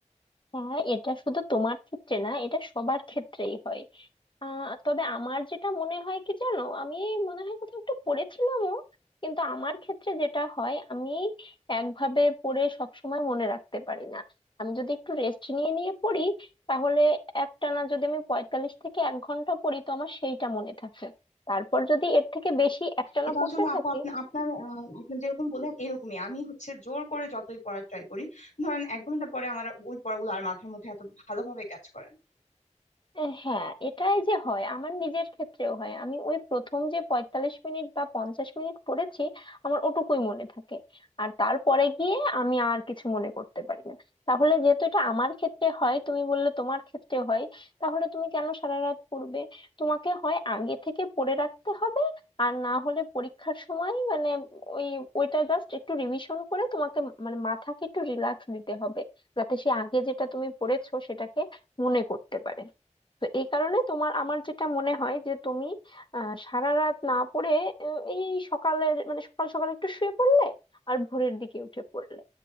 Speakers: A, on the left; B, on the left.
A: হ্যাঁ এটা শুধু তোমার ক্ষেত্রে না এটা সবার ক্ষেত্রেই হয় আহ তবে আমার যেটা মনে হয় কি জানো আমি মনে হয় কোথাও একটু পড়েছিলামও কিন্তু আমার ক্ষেত্রে যেটা হয় আমি একভাবে পড়ে সবসময় মনে রাখতে পারি না আমি যদি একটু রেস্ট নিয়ে নিয়ে পড়ি তাহলে একটানা যদি আমি পঁয়তাল্লিশ থেকে এক ঘন্টা পড়ি তো আমার সেইটা মনে থাকে তারপর যদি এর থেকে বেশি একটানা
B: এটা
A: পড়তে
B: আসলে
A: থাকি
B: আপু আপনি আপনার আহ, আপনি যেরকম বললেন এরকমই আমি হচ্ছে জোর করে যতই পড়ার ট্রাই করি ধরেন এক ঘন্টা পরে আমার ওই পড়াগুলো আর মাথার মধ্যে এত ভালোভাবে কাজ করে না
A: আহ হ্যাঁ এটাই যে হয় আমার নিজের ক্ষেত্রেও হয় আমি ওই প্রথম যে পঁয়তাল্লিশ মিনিট বা পঞ্চাশ মিনিট পড়েছি আমার ওটুকুই মনে থাকে আর তারপরে গিয়ে আমি আর কিছু মনে করতে পারি না তাহলে যেহেতু এটা আমার ক্ষেত্রে হয় তুমি বললে তোমার ক্ষেত্রে হয় তাহলে তুমি কেন সারা রাত পড়বে তোমাকে হয় আগে থেকে পড়ে রাখতে হবে আর না হলে পরীক্ষার সময় মানে ওই ওইটা জাস্ট একটু রিভিশন করে তোমাকে মানে মাথাকে একটু রিল্যাক্স দিতে হবে যাতে সে আগে যেটা তুমি পড়েছো সেটাকে মনে করতে পারে তো এই কারণে তোমার আমার যেটা মনে হয় যে তুমি আহ, সারা রাত না পড়ে উম, এই সকালের মানে সকাল সকাল একটু শুয়ে পড়লে আর ভোরের দিকে উঠে পড়লে